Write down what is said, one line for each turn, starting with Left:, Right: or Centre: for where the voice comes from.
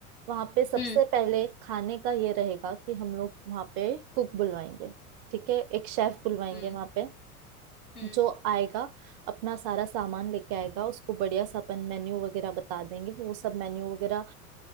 Right: वहां पे सबसे
Left: हम्म
Right: पहले खाने का ये रहेगा कि हम लोग वहां पे कुक बुलवाएंगे ठीक है एक शेफ बुलवाएंगे
Left: हम्म
Right: वहां पे
Left: हम्म
Right: जो आएगा अपना सारा सामान लेके आएगा उसको बढ़िया सा अपन मेन्यू वगैरह बता देंगे वो सब मेन्यू वगैरह